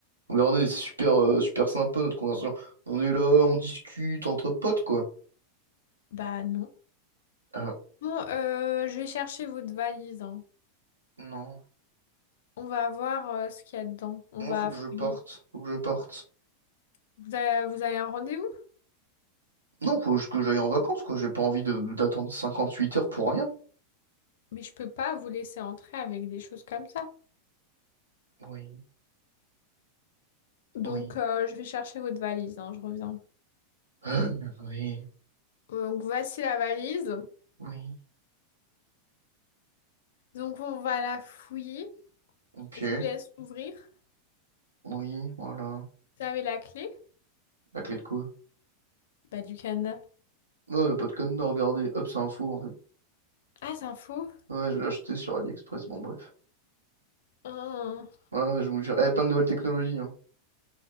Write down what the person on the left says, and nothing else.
Bah non.
Bon, euh, je vais chercher votre valise, hein.
On va voir euh, ce qu'il y a dedans. On
va
fouiller.
Vous avez, vous avez un rendez-vous?
Mais je peux pas vous laisser entrer avec des choses comme ça.
Donc,
euh, je vais chercher votre valise, hein, je reviens.
Donc, voici la valise.
Donc on va la fouiller.
Je vous laisse ouvrir.
Vous avez la clé?
Bah du Canada.
Ah, c'est un faux.
Ah,